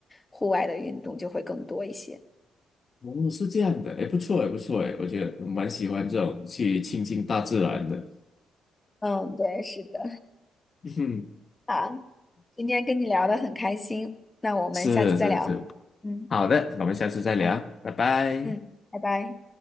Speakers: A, on the left (about 20°); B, on the left (about 45°).
A: 户外的运动就会更多一些。
B: 哦，是这样的，哎，不错，哎，不错，哎，我觉得我蛮喜欢这种去亲近大自然的。
A: 嗯，对，是的，
B: <laughs> 嗯，
A: 好，今天跟你聊的很开心，那我们下次再聊。
B: 是是是，
A: 嗯
B: 好的，那我们下次再聊，
A: 嗯
B: 拜拜。
A: 嗯，拜拜。